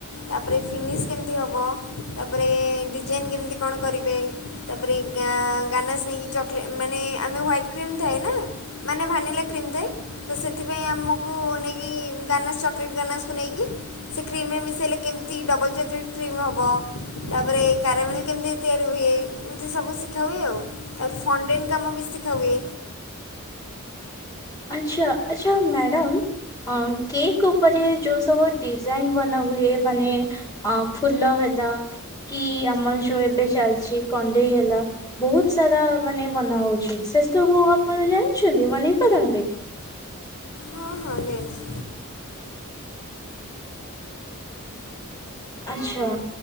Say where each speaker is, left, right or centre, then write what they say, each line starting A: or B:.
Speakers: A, on the left (about 80°); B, on the left (about 15°).
A: ତାପରେ ଫିନିଶ୍ କେମିତି ହବ ତାପରେ ଡିଜାଇନ୍ କେମିତି କଣ କରିବେ? ତାପରେ ଗା ଗାନାସି ଚକଲେଟ୍ ମାନେ ଆମେ ହୱାଇଟ୍ କ୍ରିମ୍ କି ଥାଏ ନା। ମାନେ ଭାନିଲା କ୍ରିମ୍ ଦେ ତ ସେଥିପାଇଁ ଆମକୁ ନେଇକି ଗାନାସ୍ ଚକ୍ ଲେଟ୍ ଗାନାସ୍ କୁ ନେଇକି ସେ କ୍ରିମ୍ ରେ ମିଶେଇଲେ କେମିତି୍ ଡବଲ୍ ଚକଲେଟ୍ କ୍ରିମ୍ ହବ ତାପରେ କାରାମିଲି୍ କେମିତି ତିଆରି ହୁଏ ଏମିତି ସବୁ ଶିଖା ହୁଏ ଆଉ। ତାପରେ ଫଣ୍ଡିଙ୍ଗ୍ କାମ ବି ଶିଖା ହୁଏ
B: ଆଚ୍ଛା ଆଚ୍ଛା ମ୍ୟାଡାମ୍ କେକ୍ ଉପରେ ଯୋଉ ସବୁ ଡିଜାଇନ୍ ବନାହୁଏ ମାନେ ଅ ଫୁଲ ହେଲା କି ଆମର ଯୋଉ ଏବେ ଚାଲିଚି କଣ୍ଢେଇ ହେଲା ବହୁତ ସାରା ମାନେ ବନା ହଉଚି ସେ ସବୁ ଆପଣ ଜାଣିଚନ୍ତି ବନେଇ ପାରନ୍ତେ?
A: ହଁ ହଁ ନିଅନ୍ତି।
B: ଆଚ୍ଛା।